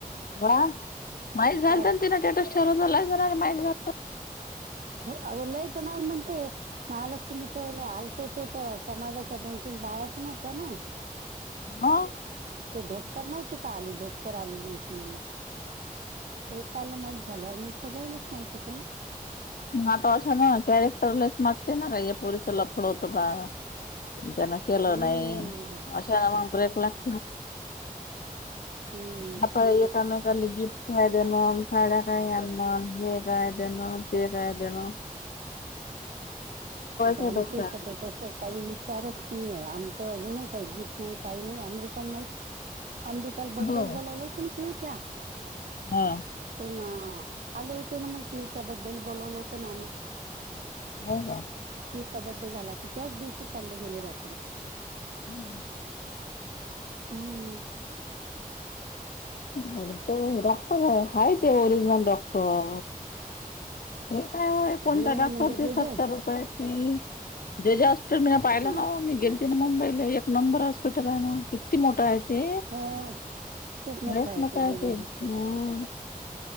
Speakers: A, on the left; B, on the right.
A: वा माहित
B: पण
A: झाल
B: काय
A: तर तिन स्टेटस ठेवला जाणार माही झा
B: होलायच नाल म्हे महालक्ष्मीच्या वेळे आलते ते तर समाजाच्या दोन तीन बाया पण होत्या ना
A: हा
B: ते धोटकर नव्हती का आली धोटकर आलेली होती एकाला माहित झाल्यावर मग सगळ्यालाच माहित होते ना
A: आता अशा ना कॅरेक्टरलाच मागते ना का या पोरीच लपड होतं बा त्यांना केलं
B: हम्म
A: नाही अशा ना मग र एक लाख
B: हम्
A: आपण एकामेकाला गिफ्ट काय दे म्ह साड्या काय या म्ह हे गायदन ते गायदन
B: आता
A: आहे
B: आमच
A: डोक्याला.
B: तसं काही विचारच नाही आहे आमचं अजूनही काही गिफ्ट नाही काही नाही अमृताला माहिती अमृताल बड्डेल
A: हो.
B: बोलावलं होतं ना पिऊ त्या
A: हा
B: तेव्हा आले होते ना मग पिवच्या बड्डेला बोलवलं होतं ना आम्ही
A: हो का
B: पिवचा बर््डे झाला की त्याच दिवशी चालले गेले रात्री
A: हम्म
B: हम्म
A: र तो रॉक्टर आहेा ते ओरिजनल रॉक्टर हे काय हो कोणत्या
B: हे
A: डॉक्टर
B: म्हणजे
A: ते
B: जे
A: सत्तर
B: जे
A: रुपयाे फी जत हॉस्पिटल मीला पाहिलं
B: हा
A: ना मी गेलते ना मुंबईला एक नंबर हॉस्पिटल आहे ना किती मोठा आहे ते
B: हो खूप
A: रेस
B: आहे
A: मोठा
B: ते जे
A: आहेेत
B: जे
A: हम
B: हॉस्पिटल